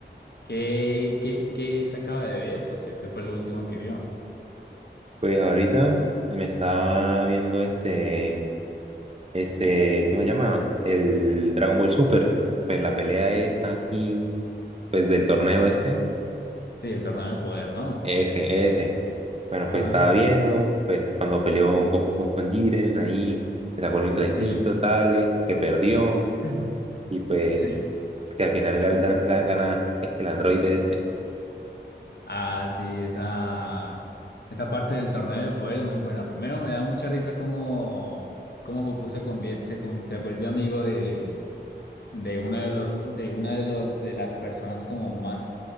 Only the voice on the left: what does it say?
¿Qué, qué, qué se acaba de ver, socio? ¿Qué fue lo último que vio?
Sí, el Torneo de Poder, ¿no?
Ajá.
Sí.
<clears throat>
Sí.
Ah, sí, esa, esa parte del Torneo de Poder es muy buena. Primero, me da mucha risa cómo, cómo Goku se convierte, se, con- se vuelve amigo de de uno de los, de una de los, de las personas como más